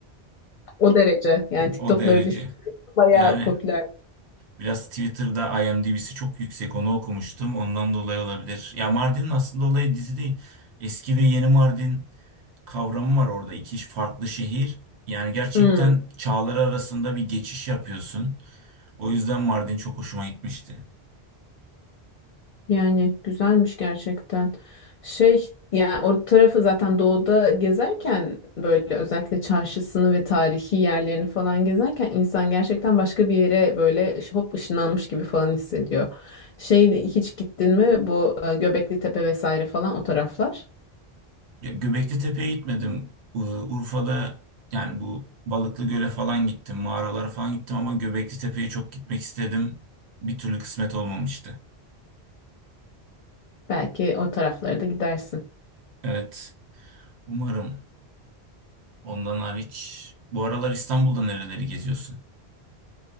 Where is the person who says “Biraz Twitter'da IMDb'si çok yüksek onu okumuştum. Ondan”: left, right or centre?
Right